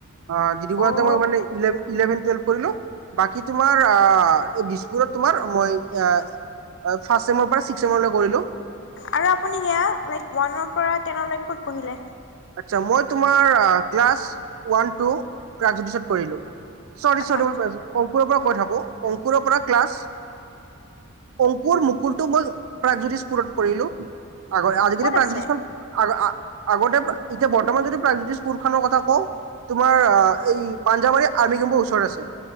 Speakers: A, on the right; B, on the left.
A: আ, ডি ডি বৰুৱাতে
B: অ'
A: মই মানে ইলে-ইলেভেন টোৱেলভ কৰিলো। বাকী তোমাৰ আ, এ দিছপুৰত তোমাৰ মই আ আ ফাৰ্ষ্ট ছেমৰ পৰা ছিক্স ছেমৰলৈ কৰিলো।
B: আৰু আপুনি সেইয়া লাইক ৱানৰ পৰা টেনৰলৈকে ক'ত পঢ়িলে?
A: আচ্ছা, মই তোমাৰ ক্লাছ ওৱানটো প্ৰাগজ্যোতিষত কৰিলোঁ। চৰি চৰি,
B: আচ্ছা
A: মই অংকুৰৰ পৰা কৈ থাকো অংকুৰৰ পৰা ক্লাছ অং কোৰ মুকুলটো মই প্ৰাগজ্যোতিষ পুৰত কৰিলো, আগতে আজিকালি
B: ক'ত
A: প্ৰাগজ্যোতিষখন
B: আছে?
A: আৰু আ-আগতে এতিয়া বৰ্তমান যদি প্ৰাগ্যোতিষ পুৰখনৰ কথা কও তোমাৰ এই পাঞ্জাৱৰী আৰ্মি কেম্পৰ ওচৰত আছে।